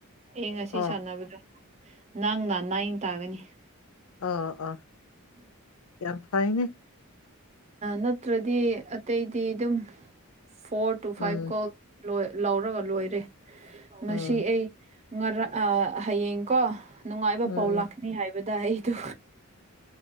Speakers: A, on the right (about 30°); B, on the left (about 80°).
A: ꯑꯦ ꯉꯁꯤ
B: ꯑꯥ
A: ꯁꯥꯟꯅꯕꯗꯣ ꯅꯪ ꯅꯥ ꯅꯥꯏꯡ ꯇꯥꯒꯅꯤ
B: ꯑꯥ ꯑꯥ ꯌꯥꯝ ꯐꯥꯏꯅꯦ
A: ꯅꯠꯇ꯭ꯔꯗꯤ ꯑꯇꯩꯗꯤ ꯑꯗꯨꯝ ꯐꯣꯔ ꯇꯨ
B: ꯎꯝ
A: ꯐꯥꯏꯚ ꯀꯣꯜ ꯂ ꯂꯥꯎꯔꯒ ꯂꯣꯏꯔꯦ ꯉꯁꯤ
B: ꯎꯝ
A: ꯑꯩ ꯉꯥꯡ ꯍꯌꯦꯡ ꯀꯣ ꯅꯨꯡꯉꯥꯏꯕ
B: ꯎꯝ
A: ꯄꯥꯎ ꯂꯥꯛꯀꯅꯤ ꯍꯥꯏꯕꯗ ꯑꯩꯗ